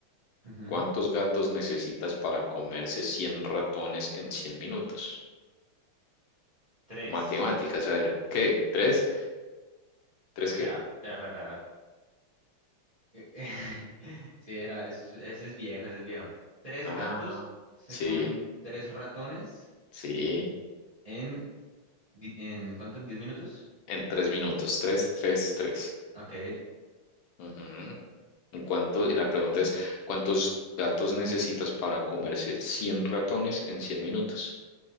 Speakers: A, on the right (about 65°); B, on the left (about 75°).
A: Ujú.
B: ¿Cuántos gatos necesitas para comerse 100 ratones en 100 minutos?
A: Tres.
B: Matemáticas, a ver, ¿qué? ¿Tres? ¿Tres
A: Espera,
B: qué?
A: espera, espera, espera. <laughs> Sí, era, eso es- ese es viejo, ese es viejo. Tres
B: Ah,
A: gatos se
B: sí,
A: comen tres ratones
B: sí,
A: en, di- en ¿cuánto? ¿En diez minutos?
B: en tres minutos. Tres, tres, tres.
A: Ok.
B: Ujú. ¿Y cuánto- y la pregunta es, ¿cuántos gatos necesitas para comerse 100 ratones en 100 minutos?